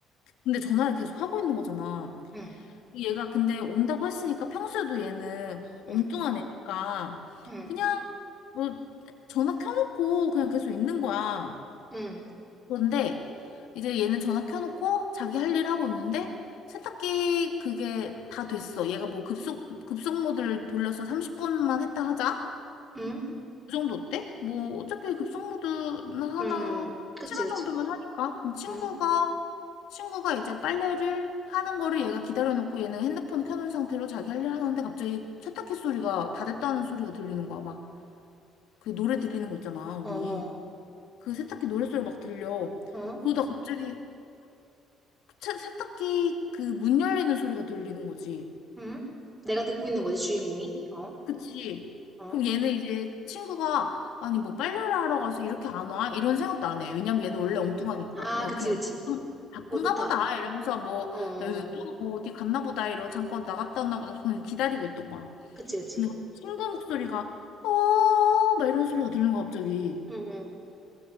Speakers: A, on the left; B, on the right.
A: 근데 전화를 계속 하고 있는 거잖아.
B: 응,
A: 얘가 근데 온다고 했으니까 평소에도 얘는 엉뚱한
B: 응, 응,
A: 애니까
B: 응,
A: 그냥 뭐 전화 켜놓고 그냥 계속 있는 거야.
B: 응,
A: 그런데 이제 얘는 전화 켜놓고 자기 할 일 하고 있는데 세탁기 그게 다 됐어. 얘가 뭐 급속, 급속 모드를 돌려서 30분만 했다 하자.
B: 응,
A: 그 정도 때? 뭐 어차피 급속모드나 하나
B: 응. 그치,
A: 시간
B: 그치.
A: 정도면 하니까 그럼 친구가
B: 응,
A: 친구가 이제 빨래를 하는 거를 얘가 기다려놓고 얘는 핸드폰 켜놓은 상태로 자기 할 일 하는데 갑자기 세탁기 소리가 다 됐다는 소리가 들리는 거야 막 그 노래 들리는 거 있잖아 우리
B: 어, 어,
A: 그 세탁기 노래 소리 막 들려
B: 어,
A: 그러다 갑자기 세, 세탁기 그 문 열리는 소리가 들리는 거지
B: 응. 내가 듣고 있는 거지, 주인공이. 어,
A: 그치.
B: 어,
A: 그럼 얘는 이제 친구가 아니 뭐 빨래를 하러 가서 이렇게 안 와? 이런 생각도 안 해. 왜냐면 얘는 원래
B: 응.
A: 엉뚱하니까.
B: 아,
A: 뭐
B: 그치,
A: 그냥
B: 그치.
A: 바쁜, 바쁜가
B: 어, 좋다.
A: 보다 이러면서 뭐
B: 어, 어, 어.
A: 또뭐 어디 갔나 보다 이러고 잠깐 나갔다 왔나 보다 그냥 기다리고 있던 거야.
B: 그치, 그치.
A: 근데 친구 목소리가 어 막 이런 소리가 들리는 거야 갑자기.
B: 응, 응.